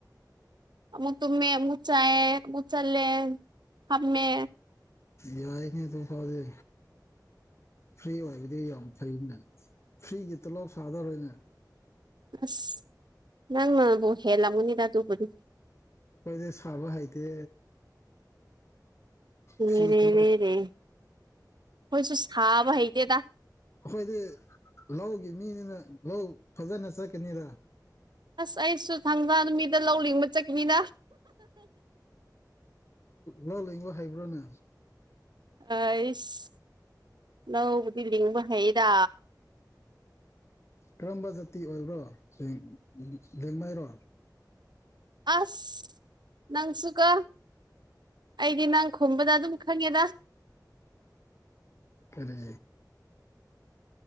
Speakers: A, on the right; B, on the left.
A: ꯑꯃꯨꯛ ꯇꯨꯃꯦ ꯑꯃꯨꯛ ꯆꯥꯏ ꯑꯃꯨꯛ ꯆꯠꯂꯦ ꯐꯝꯃꯦ
B: ꯌꯥꯏꯅꯦ ꯑꯗꯨꯐꯥꯎꯗꯤ ꯐ꯭ꯔꯤ ꯑꯣꯏꯕꯗꯤ ꯌꯥꯝ ꯐꯩꯅꯦ ꯐ꯭ꯔꯤꯒꯤ ꯇꯣꯂꯣꯞ ꯁꯥꯗꯧꯔꯦꯅꯦ
A: ꯑꯁ ꯅꯪꯅꯕꯨ ꯍꯦꯜꯂꯝꯒꯅꯤꯗ ꯑꯗꯨꯕꯨꯗꯤ
B: ꯑꯩꯈꯣꯏꯗꯤ ꯁꯥꯕ ꯍꯩꯇꯦ
A: ꯔꯦ
B: ꯐ꯭ꯔꯤ ꯇꯣꯂꯣꯞ
A: ꯔꯦ ꯔꯦ ꯈꯣꯏꯁꯨ ꯁꯥꯕ ꯍꯩꯇꯦꯗ
B: ꯑꯩꯈꯣꯏꯗꯤ ꯂꯧꯒꯤ ꯃꯤꯅꯤꯅ ꯂꯧ ꯐꯖꯅ ꯆꯠꯀꯅꯤꯗ
A: ꯑꯁ ꯑꯩꯁꯨ ꯊꯪꯖ ꯅꯨꯃꯤꯠꯗ ꯂꯧ ꯂꯤꯡꯕ ꯆꯠꯀꯅꯤꯗ
B: ꯂꯣ ꯂꯤꯡꯕ ꯍꯥꯏꯕ꯭ꯔꯣꯅꯦ
A: ꯑꯩꯁ ꯂꯧꯕꯩꯗꯤ ꯂꯤꯡꯕ ꯍꯩꯗ
B: ꯀꯔꯝꯕ ꯖꯥꯇꯤ ꯑꯣꯏꯕ꯭ꯔꯣ ꯂꯦꯡ ꯂꯦꯡꯃꯥꯏꯔꯣ
A: ꯑꯁ ꯅꯪꯁꯨꯀꯣ ꯑꯩꯗꯤ ꯅꯪ ꯈꯨꯝꯕꯗ ꯑꯗꯨꯝ ꯈꯪꯉꯦꯗ
B: ꯀꯔꯤ